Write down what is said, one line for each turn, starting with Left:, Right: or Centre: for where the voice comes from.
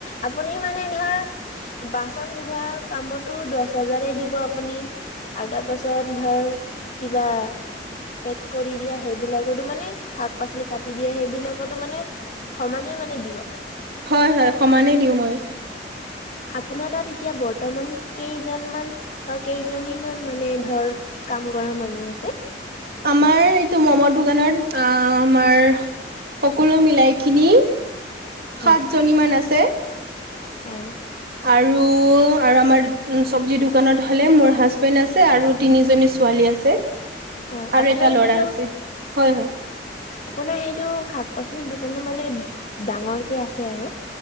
Left: আপুনি মানে ধৰ বাচন ধোৱা কামতো দহ হাজাৰে দিব আপুনি আৰু তাৰ পাছত ধৰ কিবা পেক কৰি দিয়া সেইবিলাকতো মানে শাক পাচলি কাটি দিয়া সেইবিলাকতো মানে সমানে মানে দিব
Right: হয় হয় সমানেই দিও মই
Left: আপোনাৰ তাত এতিয়া বৰ্তমান কেইজনমান বা কেইজনী মান মানে ধৰ কাম কৰা মানুহ আছে।
Right: আমাৰ এইটো ম'মৰ দোকানত অ আমাৰ সকলো মিলাই কি খিনি
Left: হয়
Right: সাতজনীমান আছে
Left: হয়
Right: আৰু আৰু আমাৰ চবজি দোকানত হলে মোৰ হাজ <unintelligible> বেণ্ড আছে আৰু তিনিজনী ছোৱালী আছে
Left: হয়
Right: আৰু
Left: আপোনাৰ
Right: এটা ল'ৰা
Left: সেইটো
Right: আছে হয় হয়।
Left: আপোনাৰ সেইটো শাক পাচলিৰ দোকানো মানে ডাঙৰকে আছে আৰু